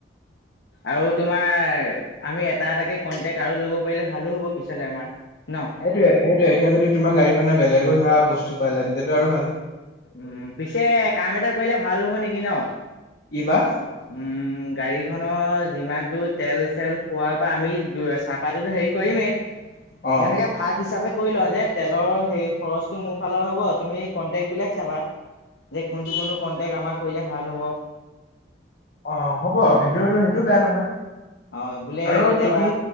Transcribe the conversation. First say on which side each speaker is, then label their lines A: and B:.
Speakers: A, on the left (about 75°); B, on the left (about 55°).
A: আৰু তোমাৰ আমি এটা এটাকে কন্টেক্ট আৰু ল'ব পাৰিলে ভালো হ'ব পিছলে আমাৰ। ন
B: সেইটোৱে, সেইটোৱে এতিয়া যদি তোমাৰ গাড়ীখনে বেলেগো ধৰা বস্তু পালে তেতিয়াটো আৰু ভাল।
A: উম, পিছে কাম এটা কৰিলে ভাল হ'ব নেকি ন'।
B: কি বা
A: উম, গাড়ীখনৰ যিমান টো তেল চেল খোৱাৰ পৰা আমি চাহপাততো হেৰি কৰিমেই।
B: অ
A: যেনেকে ভাগ হিচাপে কৰি লয় যে তেলৰ সেই খৰচটো মোৰ ফালৰ পৰা হব তুমি কন্টেক্ট বিলাক চাবা যে কোনটো কোনটো কন্টেক আমাৰ কৰিলে ভাল হ'ব।
B: অ', হ'ব ভেইদো সেইটো বেয়া নহয়।
A: অ' বোলে
B: আৰু
A: কেতিয়াবা
B: তুমি,